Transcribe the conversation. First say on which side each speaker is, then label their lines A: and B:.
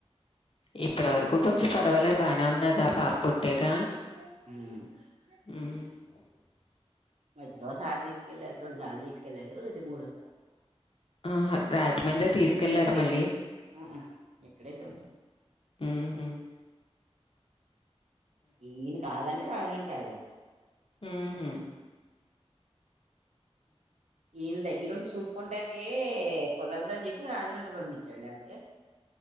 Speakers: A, on the left (about 55°); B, on the right (about 85°).
A: ఇప్పటి వరకు కొంచెం పర్వాలే బానే ఉన్నదా పాప పుట్టక
B: మ్
A: మ్
B: మధ్యలో ఒకసారి తీసుకెళ్లారు రెండు సార్లు తీసుకెళ్లారు ఇది మూడోసారి
A: ఆహా రాజమండ్రి తీసుకెళ్లారా
B: నుంచి తీసు
A: మళ్ళీ
B: ఉహు ఇక్కడే చు
A: మ్ హు
B: ఈయన కాదంటే రాజమండ్రి వెళ్ళాలి
A: మ్ హు
B: ఈయన్ దగ్ ఈ రోజు చూసుకుంటకి కుదరదు అని చెప్పి రాజమండ్రి పంపించడు లేపోతే